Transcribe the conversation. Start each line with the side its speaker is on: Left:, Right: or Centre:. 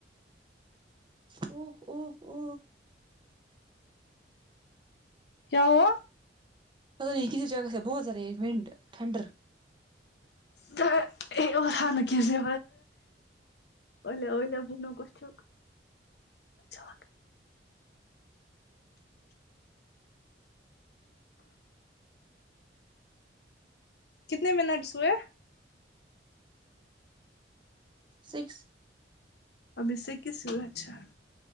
Right: او اوو
Left: کیا ہو
Right: پتاہ نہیں کسی جگہ سے بہت زیا رہا یہ ونڈ ٹھنڈر
Left: تو اور سانو کیسے الا بنوک اچک اچھا کتنے منٹس ہوئے
Right: سکس
Left: اب اسکس ہوا اچھا